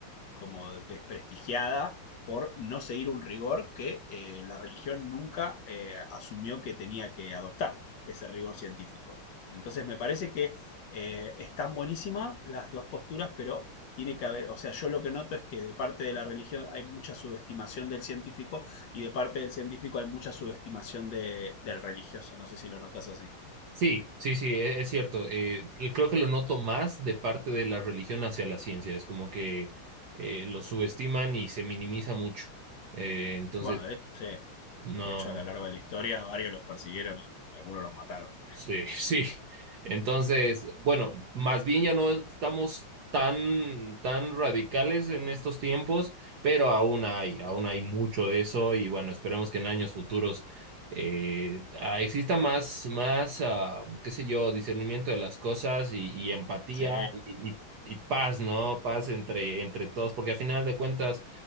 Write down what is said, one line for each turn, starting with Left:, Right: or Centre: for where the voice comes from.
Left: como desprestigiada por no seguir un rigor que eh, la religión nunca eh, asumió que tenía que adoptar, ese rigor científico. Entonces me parece que eh, están buenísimas las dos posturas, pero tiene que haber, o sea, yo lo que noto es que de parte de la religión hay mucha subestimación del científico y de parte del científico hay mucha subestimación de- del religioso, no sé si lo notas así.
Right: Sí, sí, sí, e- es, cierto. Eh, y creo que lo noto más de parte de la religión hacia la ciencia. Es como que eh, lo subestiman y se minimiza mucho. Eh, entonces,
Left: Bueno, de, sí, de
Right: no.
Left: hecho a lo largo de la historia varios los persiguieron y, y algunos los mataron también.
Right: Sí, <laughs> sí. Entonces, bueno, más bien ya no estamos tan, tan radicales en estos tiempos, pero aún hay, aún hay mucho de eso y bueno, esperemos que en años futuros eh, ah, exista más, más, ah, qué sé yo, discernimiento de las cosas y, y empatía
Left: Sí,
Right: y, y- y paz, ¿no? Paz entre, entre todos, porque al final de cuentas,